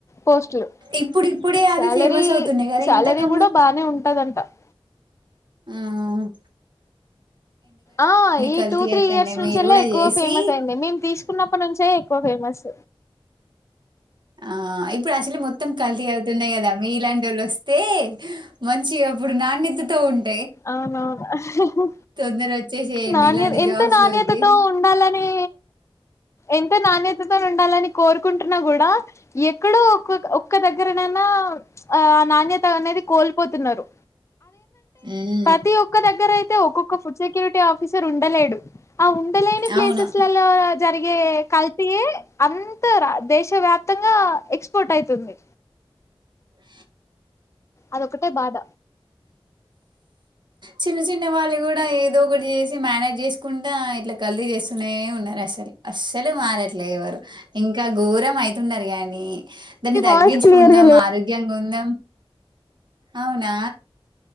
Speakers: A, on the left; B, on the right.
A: పోస్ట్లు
B: ఇప్పుడు ఇప్పుడే అవి
A: శాలరీ
B: ఫేమస్ అవుతున్నాయి కదా
A: శాలరీ
B: ఇంతకు
A: కూడా బానే ఉంటదంట <inaudible>
B: ఉమ్మ్మ్
A: ఆ ఈ
B: కల్తీ
A: టూ త్రీ
B: అయితున్నాయి
A: ఇయర్స్ నుంచేలా
B: మీరు కూడా
A: ఎక్కువ
B: చేసి
A: ఫేమస్ అయింది మేము తీసుకున్నప్పటి నుంచే ఎక్కువ ఫేమ ఫమస్
B: ఆ ఇప్పుడు అసలు మొత్తం కలితీ అవుతున్నాయి కదా మీ ఇలాంటి వాళ్ళు వస్త తే మంచి అప్పుడు నాణ్యతతో ఉంటే
A: అవునవును
B: తొందర వచ్చేసేయండి
A: నాణ్య
B: ఇలాంటి
A: ఎంత
B: జాబ్స్
A: నాణ్యతతో
B: లోకి
A: ఉండాలని ఎంత నాణ్యతతో ఉండాలని కోరుకుంటున్నా కూడా ఎక్కడో ఒ ఒక్క దగ్గరనైనా ఆ ఆ నాణ్యత అనేది కోల్పోతున్నారు
B: ఉమ్మ్
A: ప్రతి ఒక్క దగ్గర అయితే ఒక్కొక్క ఫుడ్ సెక్యూరిటీ ఆఫీసర్ ఉండలేడు ఆ ఉండలేని ప్లేసెస్లలో
B: అవును
A: జరిగే కల్తయే అంత దేశ వ్యాప్తంగా ఎక్స్పోర్ట్ అయితుంది
B: అ
A: అదొక్కటే బాధ
B: చిన్న చిన్న వాళ్ళు కూడా ఏదో ఒకటి చేసి మేనేజ్ చేసుకుంటా ఇట్లా కలి చేస్తునే ఉన్నారు అసలు అస్సలు మారట్లే ఎవరు ఇంకా ఘోరం అయితున్నారు గానీ దాన్ని తగ్గించుకుందాం
A: పాస్ క్లియర్ గా లేదు
B: ఆరోగ్యంగా ఉందాం అవునా